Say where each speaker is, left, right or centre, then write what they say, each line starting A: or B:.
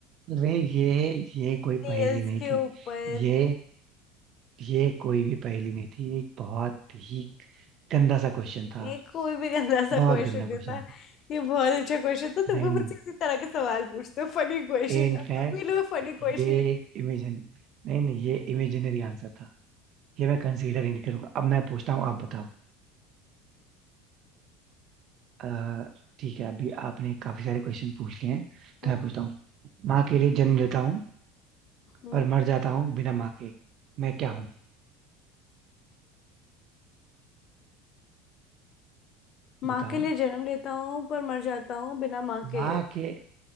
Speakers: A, on the right; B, on the left.
A: रे ये ये कोई
B: नेल्स
A: पहेली नहीं
B: के
A: थी
B: ऊपर
A: ये ये कोई भी पहेली नहीं थी ये एक बहुत ही गंदा सा क्वेश्चन था
B: एक कोई भी गंदा सा
A: बहुत
B: क्वेश्चन
A: गंदा
B: देता
A: क्वेश्चन
B: है।
A: था
B: ये बहुत अच्छा क्वेश्चन था तुम
A: नहीं
B: भी मुझसे
A: नहीं
B: इसी तरह के सवाल पूछते हो फनी क्वेश्चन
A: इनफैक्ट
B: तुम भी लो फनी क्वेश्चन
A: ये एक इमेजिन नहीं नहीं ये इमेजिनरी आंसर था ये मैं कंसीडर ही नहीं करूंगा अब मैं पूछता हूँ आप बताओ अ, ठीक है अभी आपने काफी सारे क्वेश्चन पूछ लिए हैं तो
B: हम्म
A: मैं पूछता हूँ माँ के लिए जन्म लेता हूँ
B: हम्म।
A: पर मर जाता हूँ बिना माँ के मैं क्या हूँ
B: माँ
A: बताओ
B: के लिए जन्म लेता हूँ पर मर जाता हूँ बिना माँ
A: माँ
B: के
A: के